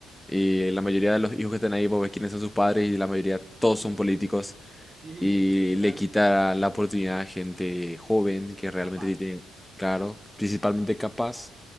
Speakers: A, in the centre; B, on the right.
A: y la mayoría de los hijos que están ahí, vos ves quiénes son sus padres y la mayoría todos son políticos
B: <laughs> sí,
A: y
B: literal,
A: le quita la oportunidad a gente joven que realmente
B: capaz.
A: sí tiene, claro, principalmente capaz,